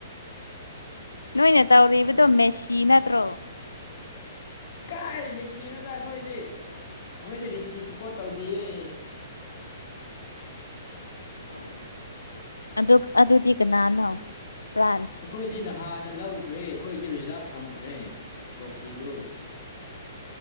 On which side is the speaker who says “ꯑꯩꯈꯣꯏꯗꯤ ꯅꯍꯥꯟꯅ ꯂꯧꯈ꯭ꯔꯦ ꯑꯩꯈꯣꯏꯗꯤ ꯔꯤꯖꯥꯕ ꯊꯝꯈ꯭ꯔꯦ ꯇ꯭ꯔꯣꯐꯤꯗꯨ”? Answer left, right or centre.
Left